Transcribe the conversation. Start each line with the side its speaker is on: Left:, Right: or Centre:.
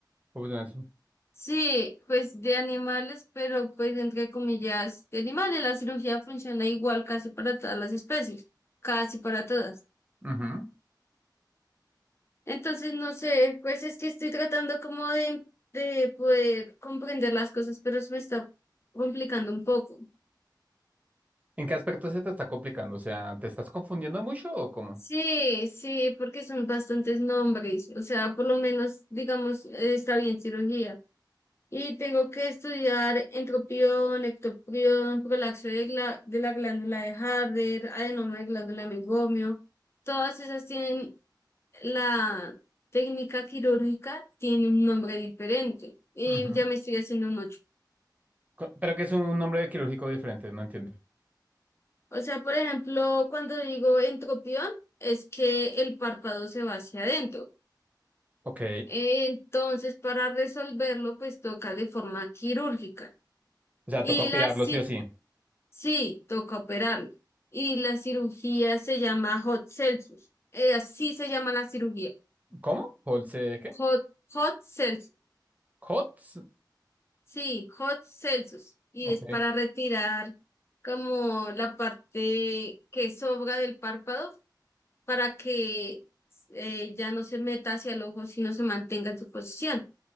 Right: Uy, no, eso.
Left: Sí, pues de animales, pero pues entre comillas, de animales, la cirugía funciona igual casi para todas las especies, casi para todas.
Right: Ujú.
Left: Entonces, no sé, pues es que estoy tratando como de, de poder comprender las cosas, pero se me está complicando un poco.
Right: ¿En qué aspecto se te está complicando? O sea, ¿te estás confundiendo mucho o cómo?
Left: Sí, sí, porque son bastantes nombres, o sea, por lo menos, digamos, eh, está bien cirugía. Y tengo que estudiar entropión, ectoprión, prolapso de, gla- de la glándula de Harder, adenoma de glándula de meiomio. Todas esas tienen la técnica quirúrgica, tiene un nombre diferente y
Right: Ujú.
Left: ya me estoy haciendo un ocho.
Right: Co- Pero que es un nombre quirúrgico diferente, no entiendo.
Left: O sea, por ejemplo, cuando digo entropión, es que el párpado se va hacia adentro.
Right: Ok.
Left: Entonces, para resolverlo, pues toca de forma quirúrgica.
Right: O sea,
Left: Y
Right: toca operarlo
Left: la ci-
Right: sí o sí.
Left: sí, toca operarlo. Y la cirugía se llama hot celsus. Eh, así se llama la cirugía.
Right: ¿Cómo? ¿Holse qué?
Left: Hot, hot celsus.
Right: ¿Hots?
Left: Sí, hot celsus. Y
Right: Ok.
Left: es para retirar como la parte que sobra del párpado para que eh, ya no se meta hacia el ojo, sino se mantenga en su posición.